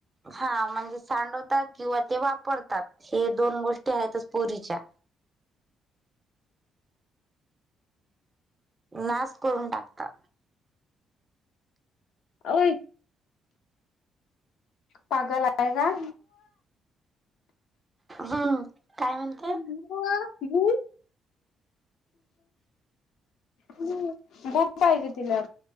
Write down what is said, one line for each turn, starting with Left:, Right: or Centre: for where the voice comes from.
Right: हा म्हणजे सांडवतात किंवा ते वापरतात हे दोन गोष्टी आहेतच पोरीच्या नाश करून टाकता
Left: ओय पागलाय काय जा
Right: हं काय म्हणते
Left: <unintelligible> बुक पाहिजे तिला